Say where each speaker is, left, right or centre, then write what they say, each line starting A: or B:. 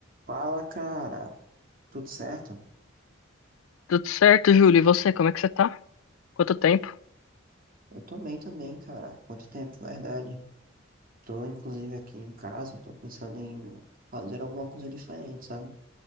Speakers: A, on the right; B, on the left.
A: Fala, cara. Tudo certo?
B: Tudo certo, Júlio? E você, como é que você tá? Quanto tempo?
A: Eu tô bem também, cara. Quanto tempo, verdade. Tô, inclusive, aqui em casa. Tô pensando em fazer alguma coisa diferente, sabe?